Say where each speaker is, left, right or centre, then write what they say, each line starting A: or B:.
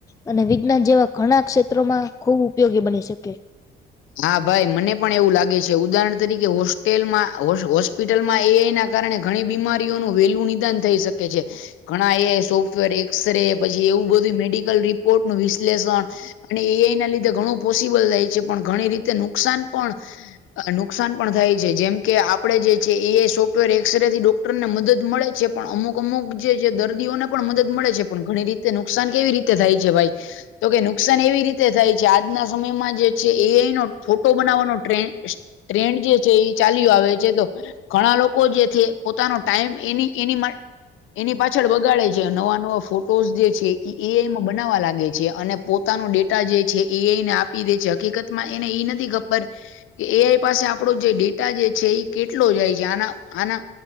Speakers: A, on the left (about 15°); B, on the left (about 85°).
A: અને વિજ્ઞાન જેવા ઘણા ક્ષેત્રોમાં ખૂબ ઉપ પયોગી બની શકે.
B: હા ભાઈ મને પણ એવું લાગે છે. ઉદાહરણ તરીકે હોસ્ટેલમાં હો હોસ હોસ્પિટલમાં એ આઈ ના કારણે ઘણી બીમારીઓનું વહેલું નિદાન થઈ શકે છે. ઘણા એ આઈ સોફ્ટવેર, એક્સ-રે, પછી એવું બધું મેડિકલ રિપોર્ટનું વિશ્લેષણ અને એ આઈ ના લીધે ઘણું પોસિબલ થાય છે. પણ ઘણી રીતે નુકસાન પણ અહ નુકસાન પણ થાય છે. જેમ કે આપણે જે છે એ આઈ સોફ્ટવેર એક્સ-રેથી ડોક ક્ટરને મદદ મળે છે. પણ અમુક-અમુક જે-જે દર્દીઓને પણ મદદ મળે છે. પણ ઘણી રીત તે નુકસાન કેવી રીતે થાય છે ભાઈ? તો કે નુકસાન એવી રીતે થાય છે, આજના સમયમાં જે છે એ આઈ નો ફોટો બનાવવાનો ટ્રેન્ડ સ ટ્રેન્ડ જે છે ઈ ચાલ્યો આવે છે તો ઘણા લોકો જે છે પોતાનો ટાઈમ એની-એની માટ એની પાછળ બગાડે છે. નવા-નવા ફોટોઝ જે છે ઈ એ આઈમાં બનાવવા લાગે છે. અને પોત પોતાનો ડેટા જે છે એ આઈને આપી દે છે. હકીકત માં એને ઈ નથી ખબર કે એ આઈ પાસે આપણો જે ડેટા જે છે ઈ કેટલો જાય છે. આના-આના